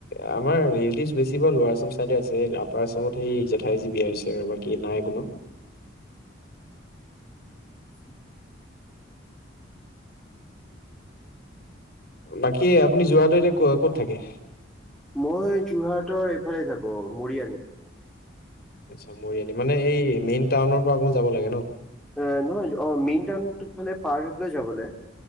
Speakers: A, on the left; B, in the centre.
A: আমাৰ ৰিলেটিভ বেছিবোৰ লাৰ আসাম চাইদে আছে আপাৰ আসামত সেই জেঠাই। বিয়া হৈছে আৰু বাকী নাই কোনো।
B: <unintelligible>
A: বাকী আপুনি যোৰহাটৰ এতিয়া ক'ত থাকে?
B: মই যোৰহাটৰ এইফালে থাকো মৰিয়নি।
A: আচ্ছা মৰিয়নি মানে এই মেইন টাউনৰ পৰা অকমান যাব লাগে ন?
B: আহ নহয় অ মেইন টাউন ফালে পাৰ হৈ পেলাই যাবলে।